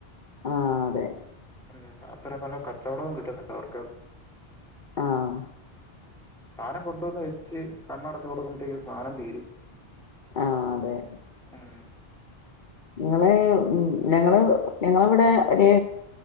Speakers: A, on the left; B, in the centre.
A: ആ അതെ
B: ഉം അത്ര നല്ല കച്ചവടവും കിട്ടുന്നുണ്ട്ോ അവർക്ക്ത്
A: ആഹ
B: സാധനം കൊണ്ടുവന്ന് വെച്ച് കണ്ണടച്ചു കൊടുക്കുമ്പോത്തേക്കും സാധനം തീരും
A: ആഹ അതെെ
B: ഉം
A: നിങ്ങള് ഞങ്ങള് ഞങ്ങളവിടെ ഒരു